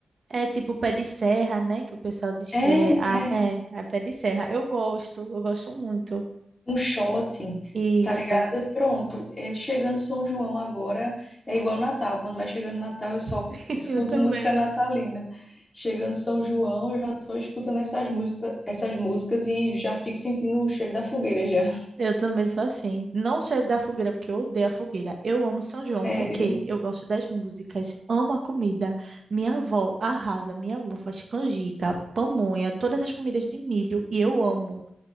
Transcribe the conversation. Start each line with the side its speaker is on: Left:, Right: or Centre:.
Right: É tipo pé de serra, né? Que o pessoal diz
Left: É,
Right: que é. Ah,
Left: é.
Right: é, é pé de serra. Eu gosto, eu gosto muito.
Left: Um shopping,
Right: Isso.
Left: tá ligado? Pronto. É, chegando São João agora é igual Natal. Quando vai chegando Natal, eu só
Right: <laughs>
Left: escuto
Right: Eu também.
Left: música natalina. Chegando São João, eu já tô escutando essas músicas, essas músicas e já fico sentindo o cheiro da fogueira já. <laughs>
Right: Eu também sou assim. Não cheiro da fogueira, porque eu odeio a fogueira. Eu amo São João,
Left: Sério.
Right: porque eu gosto das músicas, amo a comida. Minha avó arrasa, minha avó faz canjica, pamonha, todas as comidas de milho, e eu amo.